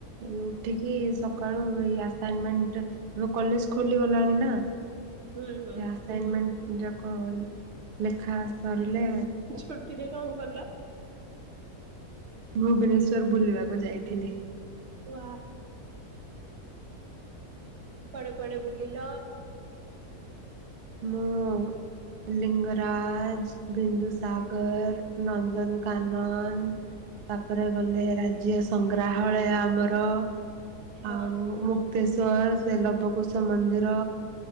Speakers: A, on the right; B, on the right.
A: ଏ ଉଠିକି ସକାଳୁ ଏଇ ଆସାଇନମେଣ୍ଟ ଏବେ କଲେଜ ଖୋଲିଗଲାଣି ନା।
B: ହୁଁ ହୁଁ
A: ସେ ଆସାଇନ୍ମେଣ୍ଟ ଯାକ ଲେଖା ସରିଲେ
B: ଛୁଟିରେ କନ୍ କଲ?
A: ଭୁବନେଶ୍ଵର ବୁଲିବାକୁ ଯାଇଥିଲି।
B: ୱା କୁଆଡେ କୁଆଡେ ବୁଲିଲ।
A: ମୁଁ ଲିଙ୍ଗରାଜ ବିନ୍ଦୁ ସାଗର ନନ୍ଦନକାନନ ତାପରେ ଗଲେ ରାଜ୍ୟ ସଂଗ୍ରହାଳୟ ଆମର
B: ହଁ
A: ଆଉ ମୁକ୍ତେଶ୍ଵର ସେ ଲବକୁ ମନ୍ଦିର